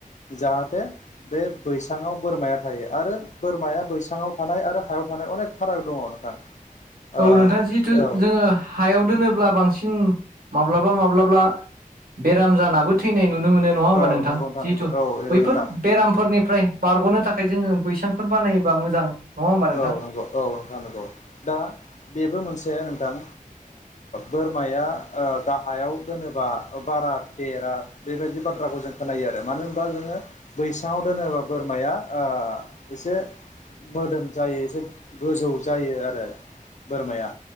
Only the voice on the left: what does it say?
जाहाथे बे बैसाङाव बोरमाया थायो आरो बोरमाया बैसाङाव थानाय आरो हायाव थानाय अनेक फाराग दङ नोंथां।
ओ
औ
औ
नंगौ
बेबो औ बेबो
नोंथां
औ नंगौ औ नं नंगौ दा बेबो मोनसे नोंथां बोरमाया गाहायाव दोनोबा बारा देरा बेबायदि बाथ्राखौ जों खोनायो आरो। मानो होनबा जोङो बैसाङाव दोनोबा बोरमाया एसे मोदोम जायो एसे गोजौ जायो आरो बोरमाया